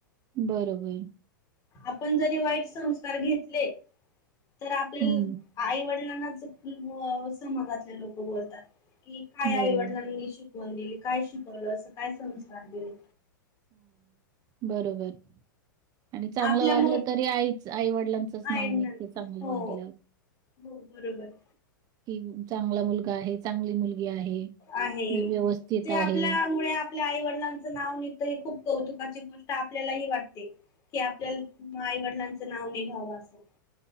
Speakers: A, on the right; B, on the left.
A: बारावी
B: आपण जरी वाईट संस्कार घेतले तर आपल्या
A: हं,
B: आईवडिलांनाच कि मग समाजातील लोक बोलतात की काय आईवडिलांनी
A: बरोबर.
B: शिकवण दिली काय शिकवलं मुलाना असं काय संस्कार दिले
A: बर बाई आणि चांगलं
B: आपल्यामुळे
A: वागलं तरी आईच आई वडिलांचंच नाव
B: आहे
A: निघत चांगलं
B: हो
A: वागल्यावर
B: हो रविवार
A: कि चांगला मुलगा आहे चांगली मुलगी वेळ आहे
B: आहे.
A: नी व्यवस्थित
B: ते
A: आहे
B: आपल्यामुळे आपल्या आई वडिलांच नाव निघत हे खूप कौतुकाची गोष्ट आपल्यालाही वाटते कि आपल्याला आई वडिलांच नाव निघाव की असं